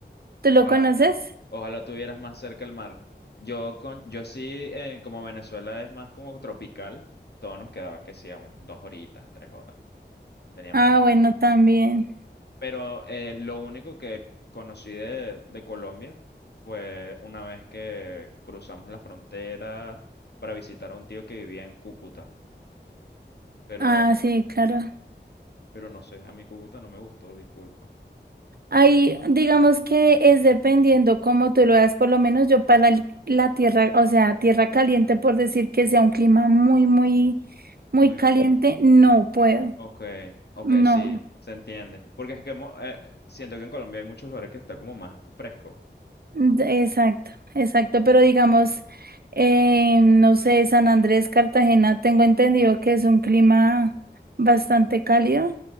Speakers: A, on the right; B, on the left.
A: ¿Tú lo
B: Ojalá,
A: conoces?
B: ojalá tuvieras más cerca el mar. Yo, con, yo sí, eh, como Venezuela es más como tropical, todo nos quedaba que sí, a un- dos horitas, tres horas. Teníamos
A: Ah,
B: las playas.
A: bueno, también.
B: Pero eh, lo único que conocí de, de Colombia fue una vez que cruzamos la frontera para visitar a un tío que vivía en Cúcuta. Pero,
A: Ah, sí, claro.
B: pero no sé, a mí Cúcuta no me gustó, disculpa.
A: Ahí, digamos que es dependiendo cómo tú lo veas, por lo menos yo para el- la tierra, o sea, tierra caliente, por decir que sea un clima muy, muy, muy
B: Muy,
A: caliente, no puedo,
B: Ok, ok,
A: no,
B: sí, se entiende. Porque es que mo- eh, siento que en Colombia hay muchos lugares que está como más fresco.
A: d- exacto, exacto, pero digamos, eh, no sé, San Andrés, Cartagena, tengo entendido que es un clima bastante cálido